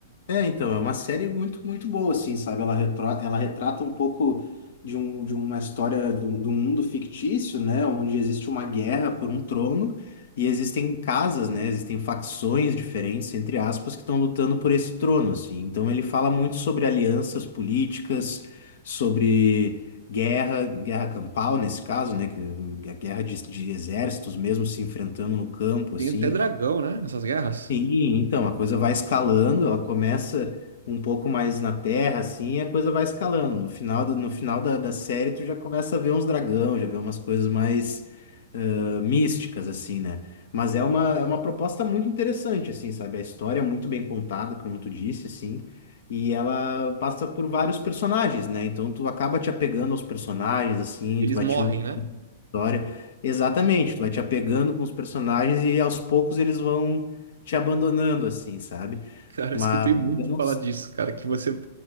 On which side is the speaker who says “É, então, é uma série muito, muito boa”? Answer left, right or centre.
Left